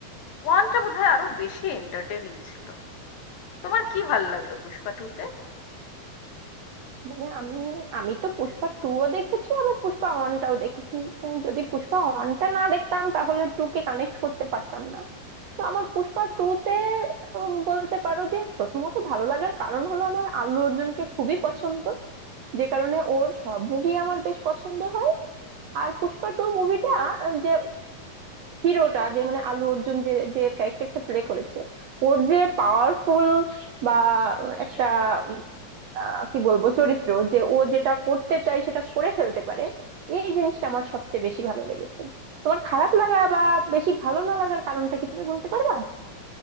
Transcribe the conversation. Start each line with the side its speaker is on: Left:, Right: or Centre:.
Left: ওয়ানটা বোধহয় আরো বেশি এন্টারটেনিং ছিল তোমার কি ভালো লাগলো পুষ্পা টু তে
Right: মানে আমি আমি তো পুষ্পা টু ও দেখেছি আবার পুষ্পা ওয়ানটাও দেখেছি মানে যদি পুষ্পা ওয়ানটা না দেখতাম তাহলে টু কে কানেক্ট করতে পারতাম না তো আমার পুষ্পা টু তে উম, বলতে পারো যে প্রথমত ভালো লাগার কারণ হলো আমার আল্লু অর্জুনকে খুবই পছন্দ যে কারণে ওর সব মুভি আমার বেশ পছন্দ হয় আর পুষ্পা টু মুভিটা যে হিরোটা যে মানে আলু অর্জুন যে যে ক্যারেক্টারটা প্লে করেছে ওর যে পাওয়ারফুল বা একটা উম, আহ, কি বলবো চরিত্র যে ও যেটা করতে চায় সেটা করে ফেলতে পারে এই জিনিসটা আমার সবচেয়ে বেশি ভালো লেগেছে তোমার খারাপ লাগা বা বেশি ভালো না লাগার কারণটা কি তুমি বলতে পারবা